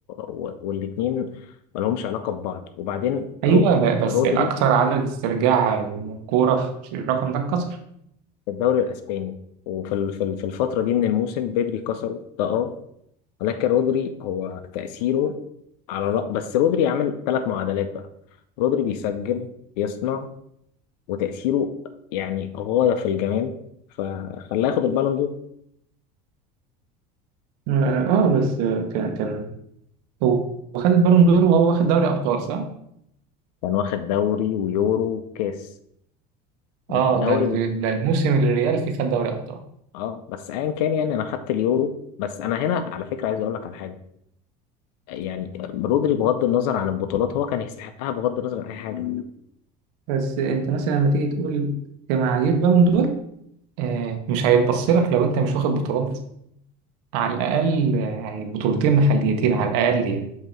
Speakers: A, on the left; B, on the right.
A: و... والاثنين ما لهمش علاقه ببعض وبعدين
B: أيوه
A: رو...
B: ب- بس
A: رودري
B: أكثر عدد استرجاع الكورة في الرقم ده اتكسر
A: في الدوري الاسباني وفي ال... في ال- في الفتره دي من الموسم بدري كسره ده اه ولكن رودري هو تاثيره على الر- بس رودري عمل ثلاث معادلات بقى رودري بيسجل بيصنع وتاثيره يعني غايه في الجمال فخلاه ياخد البالون دور
B: اه آه، بس آه، كان كان هو خد البالون دور وهو واخد دوري أبطال صح؟
A: كان واخد دوري ويورو وكاس لا
B: اه
A: دوري
B: ده ال- ده الموسم اللي الريال فيه خد دوري ابطال
A: اه بس ايا كان يعني انا خدت اليورو بس انا هنا على فكره عايز اقول لك على حاجه يعني رودري بغض النظر عن البطولات هو كان يستحقها بغض النظر عن اي حاجه
B: بس انت مثلا لما تيجي تقول كمعايير بالون دور آه مش هيتبص لك لو انت مش واخد بطولات على الاقل آه، يعني بطولتين محليتين على الاقل يعني